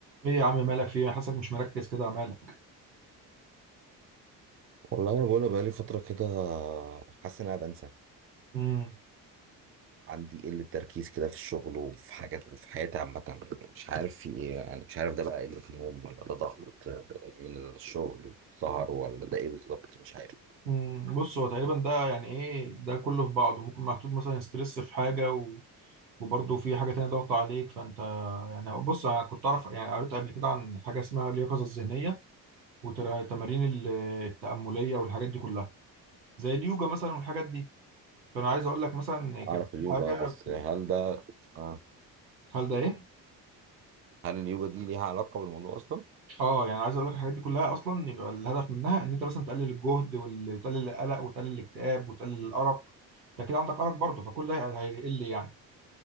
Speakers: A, on the right; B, on the right.
A: ايه يا عم مالك فيه انا حاسسك مش مركز كده مالك
B: والله انا بقولها بقالي فتره كده حاسس ان انا بنسى
A: امم
B: عندي قله تركيز كده في الشغل وفي حاجات في حياتي عامه مش عارف في ايه يعني مش عارف ده بقى قله نوم ولا ده ضغط من الشغل سهر ولا ده ايه بالظبط مش عارف
A: امم بص هو تقريبا ده يعني ايه ده كله في بعضه ممكن محطوط مثلا ستريس في حاجه و... وبرضه في حاجه تانية ضغط عليك فانت يعني بص انا كنت اعرف يعني قريت قبل كده عن حاجه اسمها اليقظه الذهنيه والتمارين ال- التامليه والحاجات دي كلها زي اليوجا مثلا والحاجات دي فانا عايز اقول لك مثلا كان
B: اعرف
A: في
B: اليوجا
A: حاجه
B: بس
A: في
B: هل
A: ال-
B: ده آه.
A: هل ده ايه
B: هل اليوجا دي ليها علاقه بالموضوع اصلا
A: اه يعني عايز اقول لك الحاجات دي كلها اصلا يبقى الهدف منها ان انت مثلا تقلل الجهد وال- وتقلل القلق وتقلل الاكتئاب وتقلل الارق انت كده عندك ارق برضه فكل ده هي- هيقل يعني